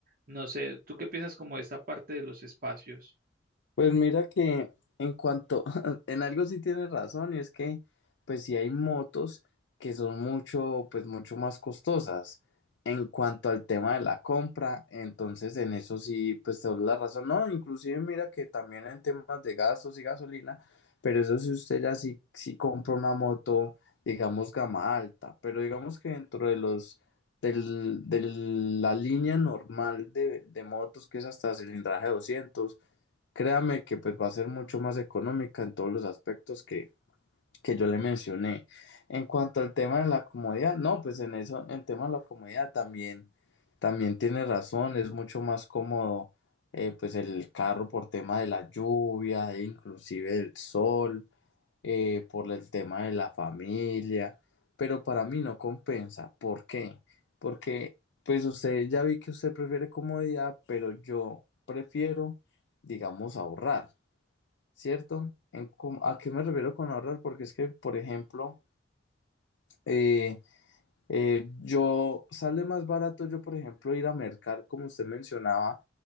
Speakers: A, on the right; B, on the left.
A: No sé, ¿tú qué piensas como de esta parte de los espacios?
B: Pues mira que en cuanto, <laughs> en algo sí tienes razón, y es que pues sí hay motos que son mucho, pues mucho más costosas en cuanto al tema de la compra, entonces en eso sí, pues te doy la razón, no, inclusive mira que también en temas de gastos y gasolina, pero eso sí usted ya sí, sí compra una moto, digamos, gama alta, pero digamos que dentro de los... Del, de la línea normal de, de motos que es hasta cilindraje doscientos Créame que pues va a ser mucho más económica en todos los aspectos que, que yo le mencioné. En cuanto al tema de la comodidad, no, pues en eso, en tema de la comodidad también, también tiene razón, es mucho más cómodo eh, pues el carro por tema de la lluvia, e inclusive el sol, eh, por el tema de la familia, pero para mí no compensa. ¿Por qué? Porque pues usted ya vi que usted prefiere comodidad, pero yo prefiero digamos, ahorrar. ¿cierto? En cómo- ¿a qué me refiero con ahorrar? Porque es que, por ejemplo, eh, eh, yo sale más barato yo, por ejemplo, ir a mercar, como usted mencionaba,